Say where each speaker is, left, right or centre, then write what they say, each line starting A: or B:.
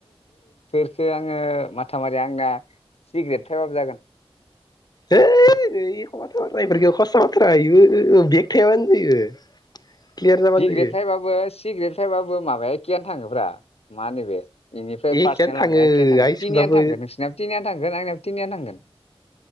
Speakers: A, on the left; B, on the left.
A: बेखौ आङो माथाामारि आंना सिग्रेट फैबाबो जागोन
B: हैइ नै एख बाथायफोरखौ खस्थ बाथ्राबो बेग थायाबानो जायो क्लियार जाबानो
A: बि‌ ग्रेद
B: जायो
A: फैयाबाबो सि सिग्रेट फैयाबाबो माबाया एखेयानो थाङोब्रा मा होनो बे बेनिफ्राय
B: एखेयानो
A: पारसेन्ट
B: थाङो
A: लांनाय एखेयानो थांगोन
B: आइसबाबो
A: थिनियानो थांगोन नोंसिनिाबो थिनियानो थांगोन आंनिाबो थिनियानो थांगोन